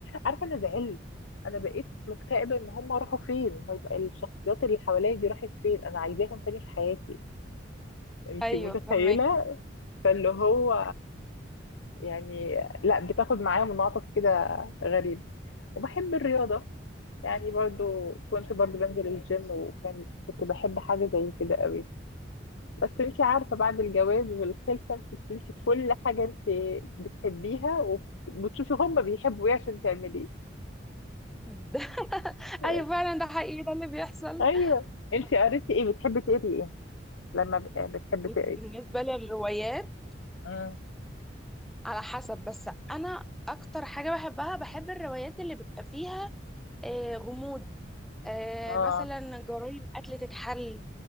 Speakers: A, on the left; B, in the centre.
A: عارفه انا زعلت انا بقيت مكتئبه ان هم راحوا فين طيب الشخصيات اللي حواليا دي راحت فين انا عايزاهم تاني في حياتي انت
B: ايوه
A: متخيله
B: فهمك
A: فاللي هو يعني لا بتاخد معايا منعطف كده غريب وبحب الرياضه يعني برضو كنت برضو بنزل الجيم وكان كنت بحب حاجه زي كده قوي بس انت عارفة بعد الجواز والخلفة انت بتنسي كل حاجة انت بتحبيها وبتشوفي هما بيحبوا ايه عشان تعمليه
B: ده <laughs>
A: <laughs>
B: ايوه فعلا ده حقيقي ده اللي بيحصل
A: ايوه انت
B: طب
A: قريتي ايه بتحبي تقري ايه لما ب- آه، بتحبي
B: بص
A: تقري
B: بالنسبه للروايات
A: مم.
B: على حسب بس انا اكتر حاجه بحبها بحب الروايات اللي بيبقى فيها آه، غموض آه،
A: اه
B: مثلا جرايم قتل تتحل